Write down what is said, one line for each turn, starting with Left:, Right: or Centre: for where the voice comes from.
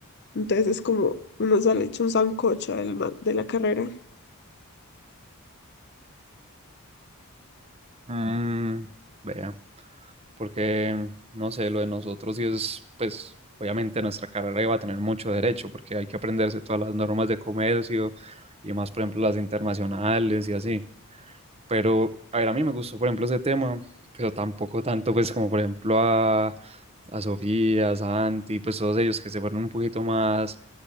Left: Entonces es como uno sale hecho un sancocho del ma- de la carrera.
Right: Mm, vea. porque, no sé, lo de nosotros sí es, pues, obviamente nuestra carrera iba a tener mucho derecho, porque hay que aprenderse todas las normas de comercio y más, por ejemplo, las internacionales y así. Pero, a ver, a mí me gustó, por ejemplo, ese tema, pero tampoco tanto, pues, como por ejemplo a, a Sofía, a Santi, pues todos ellos que se fueron un poquito más